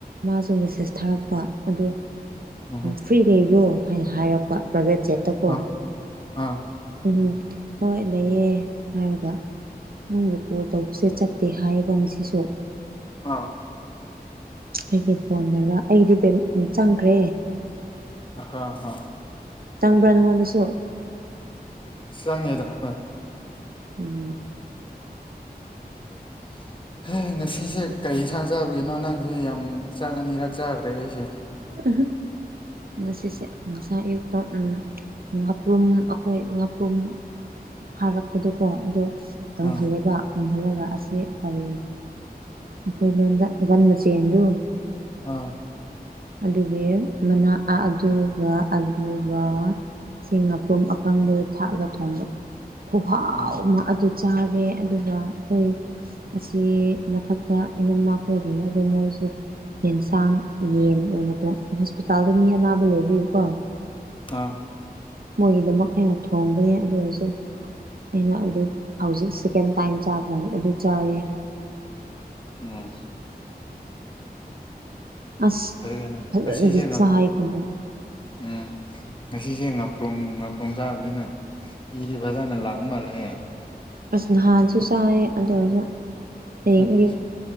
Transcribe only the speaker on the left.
ꯎꯝ
ꯑꯥ ꯑꯥ
ꯑꯥ
ꯍ ꯍ
ꯆꯪꯉꯦꯗ ꯍꯣꯏ
<inaudible> ꯍ ꯉꯁꯤꯁꯦ ꯀꯩ ꯌꯦꯟꯁꯥꯡ ꯆꯥꯕꯒꯤꯅꯣ ꯅꯍꯥꯡꯁꯦ ꯌꯥꯝ ꯆꯥꯛ ꯑꯅꯤꯔꯛ ꯆꯥꯈ꯭ꯔꯦ ꯑꯩꯁꯦ
ꯑꯥ
ꯑꯥ
ꯎꯝ
ꯑꯥ
ꯑ
ꯐꯩꯅ
ꯉꯁꯤꯁꯦ ꯉ
ꯎꯝ ꯉꯁꯤꯁꯦ ꯉꯥꯄ꯭ꯔꯣꯝ ꯉꯥꯄ꯭ꯔꯣꯝ ꯆꯥꯕꯅꯤꯅ ꯏꯗꯤ ꯐꯖꯅ ꯂꯥꯛꯎ ꯃꯥꯜꯂꯦꯍꯦ
ꯎꯝ